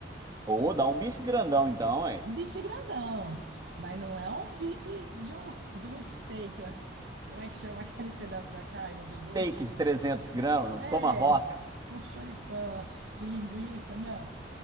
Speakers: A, on the right; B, on the right.
A: Ou dá um bife grandão então, hein?
B: Um bife grandão, mas não é um bife de um, de um steak lá. Como é que chama aquele pedaço da carne do
A: Steak
B: boi?
A: de 300 gramas, um
B: É,
A: tomahawk.
B: um choripão de linguiça, não.